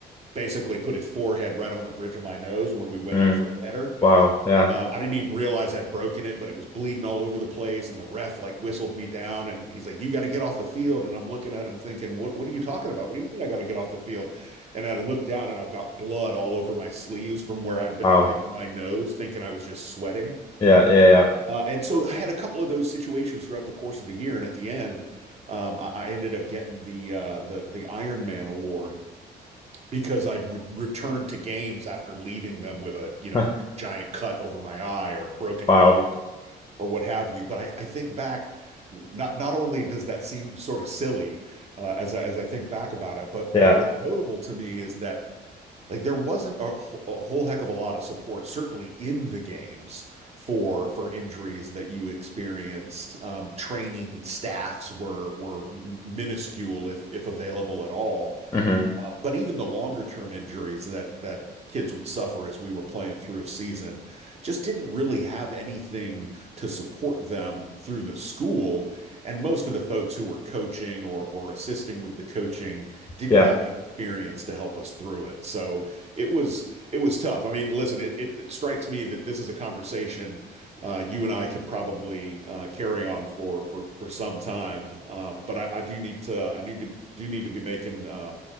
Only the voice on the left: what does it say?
Mm.
Wow. Yeah.
Wow.
Yeah, yeah,
yeah.
<laughs> Wow.
Yeah,
hmm
yeah,